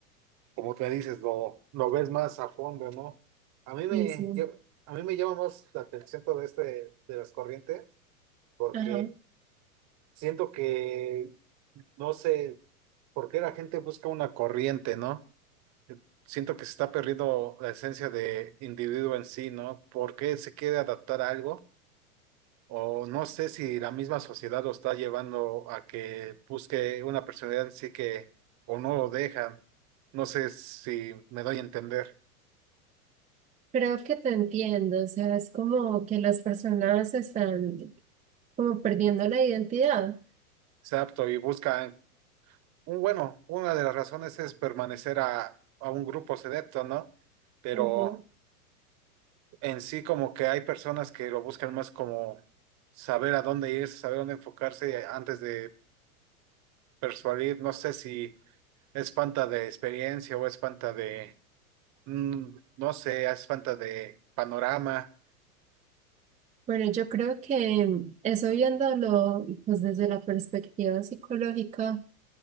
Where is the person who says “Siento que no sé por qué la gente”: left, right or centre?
Right